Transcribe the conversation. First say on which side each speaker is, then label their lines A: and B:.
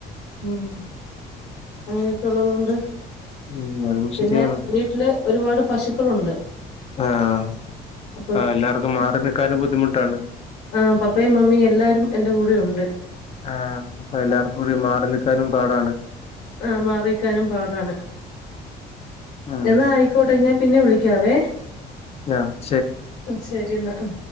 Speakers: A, on the left (about 80°); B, on the left (about 35°).
A: ഉം അങ്ങനെയൊക്കെ ഉള്ളത് കൊണ്ട്
B: ഉം, അതും ശരിയാണ്
A: പിന്നെ വീട്ടില് ഒരുപാട് പശുക്കളുണ്ട്
B: ആഹ്
A: അപ്പം
B: ആ എല്ലാവർക്കും മാറി നിക്കാനും ബുദ്ധിമുട്ടാണ്
A: ആ പപ്പയും മമ്മിയും എല്ലാരും എന്റെ കൂടെ ഉണ്ട്
B: ആഹ് അപ്പൊ എല്ലാർക്കും കൂടി മാറി നിൽക്കാനും പാടാണ്
A: ആ മാറിനിക്കാനും പാടാണ്
B: ഉം
A: എന്നാ ആയിക്കോട്ടെ ഞാൻ പിന്നെ വിളിക്ക് ക്കാവേ
B: ആഹ്
A: ആ ശെരിന്നാ ആ